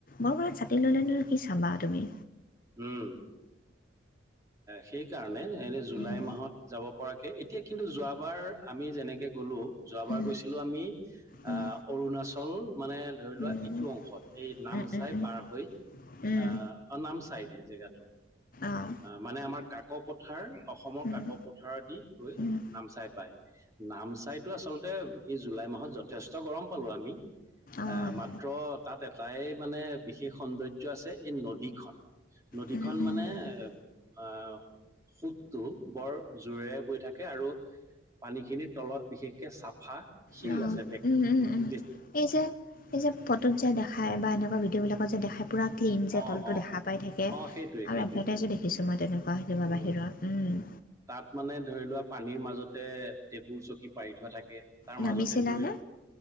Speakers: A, on the left; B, on the right.
A: বৰ পৰা ছাতি ল'লে ন কি চাবা তুমি
B: উম সেই কাৰণে তেনে জুলাই
A: উম,
B: মাহত যাব পৰাকৈ এতিয়া কিন্তু যোৱাবাৰ আমি যেনেকৈ গ'লোঁ যোৱাবাৰ
A: উম,
B: গৈছিলো আমি
A: উম,
B: আহ অৰুণাচল মানে ধৰি
A: উম,
B: লোৱা
A: উম,
B: ইটো অংশত এই নামচাই
A: উম, উম,
B: পাৰ হৈ
A: উম,
B: আহ নামচাইত জেগাটো।
A: অ',
B: মানে আমাৰ কাক পথাৰ। অসমৰ
A: উম,
B: কাক পথাৰ আদি গৈ
A: উম, উম, উম, অ', উম,
B: নামচাই পায় নামচাইতো আচলতে তে এই জুলাই মাহত যথেষ্ট গৰম পালো আমি।
A: অ',
B: আহ মাত্ৰ তাত এটাই মানে বিশেষ সৌন্দৰ্য্য আছে এই নদীখন। নদীখন
A: উম,
B: মানে এ আঁ। সোতটো বৰ জোৰেৰে বৈ থাকে আৰু পানী খিনিৰ তলত বিশেষকে চাফা শিল
A: উম,
B: আছে ব
A: উম,
B: উ
A: এই যে এই যে ফটোত যে দেখাই বা এনেকুৱা ভিডিঅ'বিলাকত যে দেখাই পূৰা ক্লিন যে
B: অ
A: তলটো
B: অ
A: দেখা পাই থাকে
B: অ সেইটোৱে
A: আৰু
B: সেইটোৱে
A: এডভাৰ্টাইজো দেখিছোঁ মই তেনেকুৱা সতিমাৰ
B: উম
A: বাহিৰত উম
B: তাত মানে ধৰি লোৱা পানীৰ মাজতে টেবুল চকী পাৰি থোৱা থাকে। তাৰ
A: নামিছিলানে?
B: মাজতে গৈ